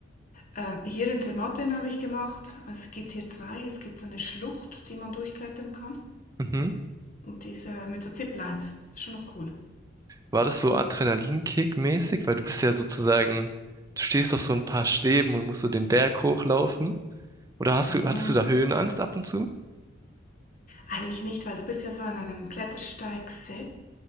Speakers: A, on the left; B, on the right.
A: Ähm, hier in Zermatt den habe ich gemacht. Es gibt hier zwei. Es gibt so eine Schlucht, die man durchklettern kann.
B: Mhm.
A: Und diese mit so Ziplines. Ist schon noch cool.
B: War das so Adrenalinkick-mäßig? Weil du bist ja sozusagen, du stehst auf so ein paar Stäben und musst so den Berg hochlaufen. Oder hast
A: Mhm.
B: du, hattest du da Höhenangst ab und zu?
A: Eigentlich nicht, weil du bist ja so an einem Klettersteig-Set